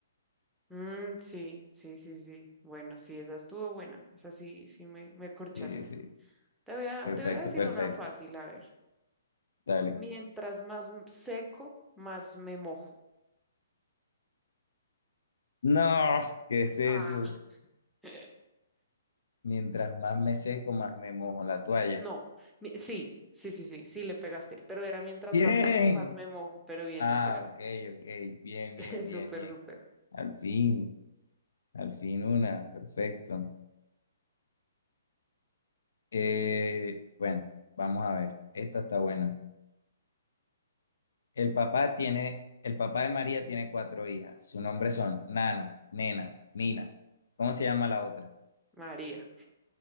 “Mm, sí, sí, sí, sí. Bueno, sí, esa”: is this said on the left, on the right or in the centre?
Centre